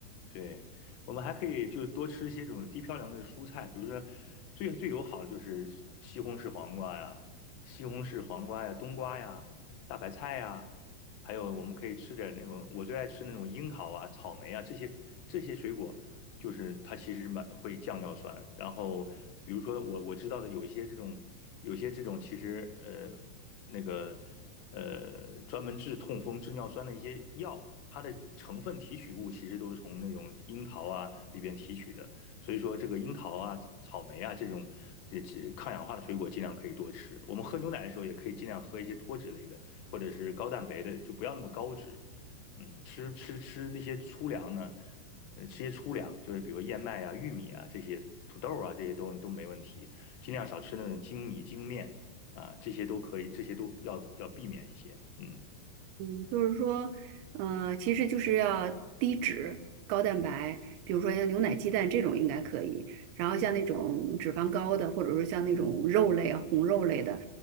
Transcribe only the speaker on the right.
嗯，就是说，呃，其实就是要低脂、高蛋白，比如说像牛奶、鸡蛋这种应该可以。然后像那种脂肪高的，
或者说像那种肉类啊、红肉类的，